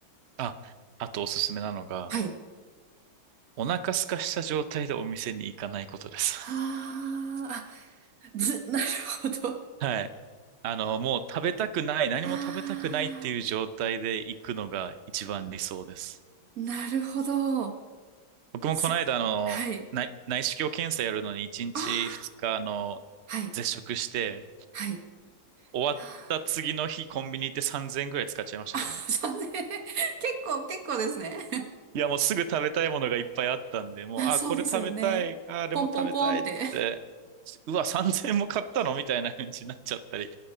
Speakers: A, on the right; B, on the right.
A: あ、あとおすすめなのが、
B: はい。
A: お腹空かした状態でお店に行かないことです。
B: あーあ、ず、なるほど。
A: <laughs> はい。あの、もう食べたくない、何も食べたくないっていう状態で行くのが一番理想です。
B: ああ、なるほど。
A: 僕もこの間、
B: す、
A: あの、
B: はい。
A: 内、内視鏡検査やるのに1日2日、
B: ああ、
A: あの、
B: はい、
A: 絶食して、
B: はい。
A: 終わった次の日コンビニ行って3000円ぐらい使っちゃいましたからね。
B: <laughs> はあさんぜんえん <laughs> 結構、結構ですね。
A: いや、もうすぐ食べたいものがいっぱいあったんで、
B: <laughs>
A: もう、
B: あ、
A: あ、
B: そうですよね。
A: これ食べたい、あ、あれも食べたいって、
B: ポンポンポンって。
A: うわ、3000円も買ったのみたいな感じになっちゃったり。